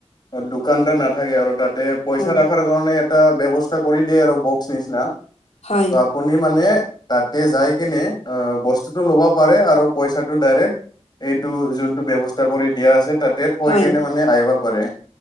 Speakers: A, on the left; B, on the left.
A: অ, দোকানদাৰ নাথাকে আৰু তাতে পইচা
B: হয়
A: ৰখাৰ কাৰণে এটা ব্যৱস্থা কৰি দিয়ে আৰু বক্স নিচিনা।
B: হয়
A: আপুনি মানে তাতে যাই কেনে বস্তুটো ল'ব পাৰে আৰু পইচাটো ডাইৰেক্ট এইটো যোনটো ব্যৱস্থা কৰি দিয়া আছে তাত টেট পঢ়ি
B: হয়
A: কেনে কিনে মানে আহিব পাৰে।